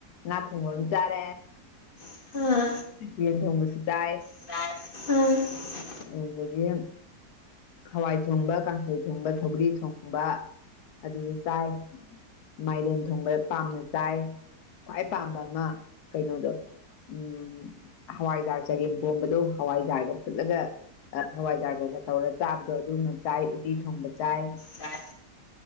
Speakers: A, on the left (about 75°); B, on the left (about 40°).
A: ꯉꯥ ꯊꯣꯡꯕ ꯑꯃ ꯆꯥꯔꯦ
B: ꯑꯥ
A: ꯌꯦꯟ ꯊꯣꯡꯕꯁꯨ ꯆꯥꯏ
B: ꯑꯥ
A: ꯑꯗꯥꯒꯤ ꯍꯋꯥꯏ ꯊꯣꯡꯕ ꯀꯥꯡꯁꯣꯏ ꯊꯣꯡꯕ ꯁꯧꯒ꯭ꯔꯤ ꯊꯣꯡꯕ ꯑꯗꯨꯁꯨ ꯆꯥꯏ ꯃꯥꯏꯔꯦꯟ ꯊꯣꯡꯕꯥ ꯄꯥꯝꯅ ꯆꯥꯏ ꯈ꯭ꯋꯥꯏ ꯄꯥꯝꯕꯥ ꯑꯃ ꯀꯩꯅꯣꯗꯣ ꯎꯝ ꯍꯋꯥꯏꯖꯥꯔ ꯆꯒꯦꯝꯄꯣꯝꯕꯗꯨ ꯍꯋꯥꯏꯖꯥꯔꯒꯥ ꯐꯨꯠꯂꯒ ꯍꯋꯥꯏꯖꯥꯔꯒ ꯇꯧꯔ ꯆꯥꯕꯗꯣ ꯑꯗꯨꯅ ꯆꯥꯏ ꯎꯇꯤ ꯊꯣꯡꯕ ꯆꯥꯏ
B: ꯆꯥꯏ